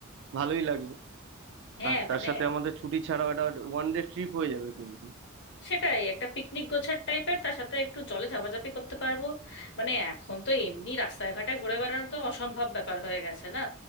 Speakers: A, on the right; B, on the left.
A: ভালোই লাগবে
B: হ্যাঁ
A: আর তার
B: মানে
A: সাথে আমাদের ছুটি ছাড়াও একটা ওয়ান ডে ট্রিপ হয়ে যাবে কিন্তু
B: সেটাই একটা পিকনিক গোছার টাইপের তার সাথে একটু জলে ঝাপাঝাপি করতে পারবো মানে এখন তো এমনি রাস্তায় ঘাটে ঘুরে বেড়ানো তো অসম্ভব ব্যাপার হয়ে গেছে না